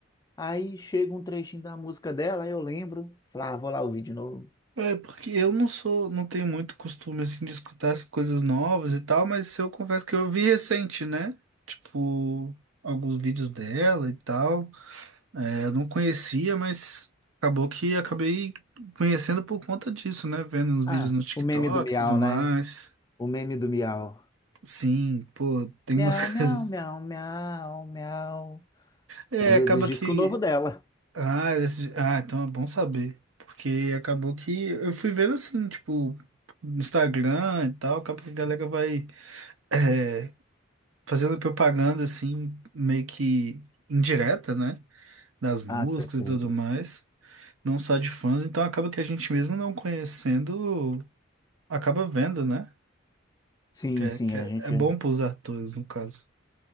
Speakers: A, on the left (about 20°); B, on the right (about 90°).
A: aí chega um trechinho da música dela, aí eu lembro. Falo, ah, vou lá ouvir de novo.
B: É, porque eu não sou, não tenho muito costume, assim, de escutar as coisas novas e tal, mas eu confesso que eu vi recente, né? Tipo, alguns vídeos dela e tal. É, eu não conhecia, mas acabou que acabei conhecendo por conta disso, né? Vendo uns
A: Ah,
B: vídeos no TikTok
A: o meme do Miau,
B: e tudo mais.
A: né? O meme do Miau.
B: Sim, pô, tem
A: Miau,
B: umas <laughs>
A: miau,
B: coisas.
A: miau, miau, miau.
B: É,
A: É do,
B: acaba
A: do disco
B: que.
A: novo dela.
B: Ah, esse- ah, então é bom saber. Porque acabou que eu fui vendo assim, tipo, no Instagram e tal, acaba que a galera vai é, fazendo propaganda assim, meio que indireta, né? Das músicas
A: Ah, com certeza.
B: e tudo mais. Não só de fãs, então acaba que a gente mesmo não conhecendo, acaba vendo, né?
A: Sim,
B: Que é,
A: sim,
B: que
A: a
B: é,
A: gente.
B: é bom pros atores, no caso.